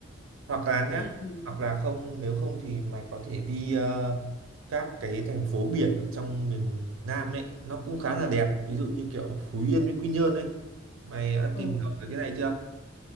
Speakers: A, on the right; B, on the left.
A: hoặc là nhá
B: Ê, ừ,
A: hoặc là không nếu không thì mày có thể đi ờ, các cái thành phố biển ở trong miền Nam ấy nó cũng khá là đẹp ví dụ như kiểu Phú Yên với Quy Nhơn ấy mày đã
B: ừ.
A: tìm hiểu về cái này chưa